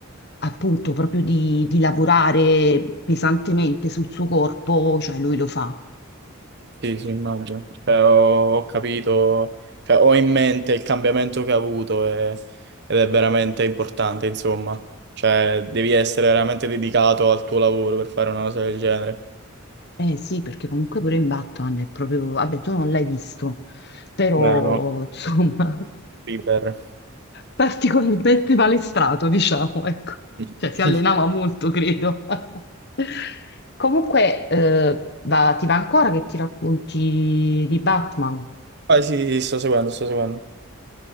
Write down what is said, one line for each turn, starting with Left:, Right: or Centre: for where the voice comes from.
Left: appunto proprio di, di lavorare pesantemente sul suo corpo, cioè lui lo fa.
Right: Sì, sì, immagino. Cioè, ho, ho capito, cioè, ho in mente il cambiamento che ha avuto e- ed è veramente importante, insomma. Cioè, devi essere veramente dedicato al tuo lavoro per fare una cosa del genere.
Left: Eh sì, perché comunque pure in Batman è proprio, vabbè, tu non l'hai visto, però
Right: Beh, no,
Left: <laughs> insomma,
Right: River.
Left: particolarmente palestrato, diciamo, ecco.
Right: <laughs>
Left: Cioè si allenava molto, credo. <laughs> Comunque, eh, va- ti va ancora che ti racconti di Batman?
Right: Ah, sì, sì, sto seguendo, sto seguendo.